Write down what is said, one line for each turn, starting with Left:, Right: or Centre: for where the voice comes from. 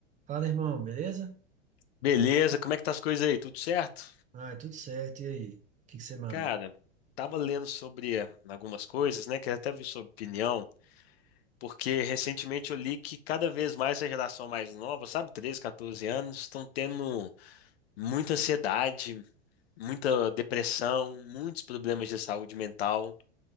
Right: Fala, irmão, beleza?
Left: Beleza, como é que tá as coisas aí? Tudo certo?
Right: Ah, é tudo certo. E aí? O que que você manda?
Left: Cara, tava lendo sobre eh, algumas coisas, né? Queria até ver sua opinião, porque recentemente eu li que cada vez mais a geração mais nova, sabe, 13, 14 anos, estão tendo muita ansiedade, muita depressão, muitos problemas de saúde mental,